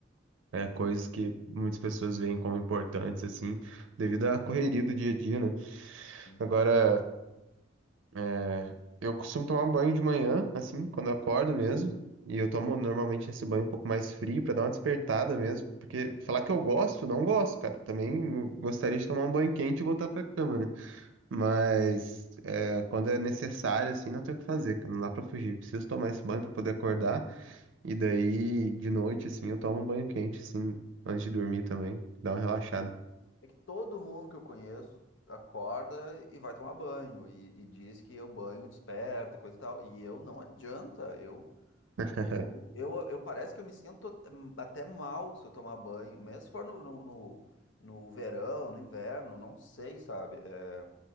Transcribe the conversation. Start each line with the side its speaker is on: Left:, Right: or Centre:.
Right: é, coisas que muitas pessoas veem como importantes, assim, devido à correria do dia a dia, né?
Left: Sim,
Right: Agora, É, eu costumo tomar um banho de manhã, assim, quando eu acordo mesmo. E eu tomo normalmente esse banho um pouco mais frio pra dar uma despertada mesmo. Porque
Left: sim.
Right: falar que eu gosto, não gosto, cara. Também gostaria de tomar um banho quente e voltar pra cama, né? Mas é, quando é necessário, assim, não tem o que fazer, cara. Não dá pra fugir. Preciso tomar esse banho pra poder acordar. E daí, de noite, assim, eu tomo um banho quente, assim, antes de dormir também. Dá
Left: Mas
Right: uma relaxada.
Left: É que todo mundo que eu conheço acorda e vai tomar banho e, e diz que eu banho desperta e coisa e tal. E eu não adianta, eu
Right: <laughs>
Left: Eu, eu, eu parece que eu me sinto hum, até mal se eu tomar banho, mesmo se for no, no, no, no verão, no inverno, não sei, sabe? É,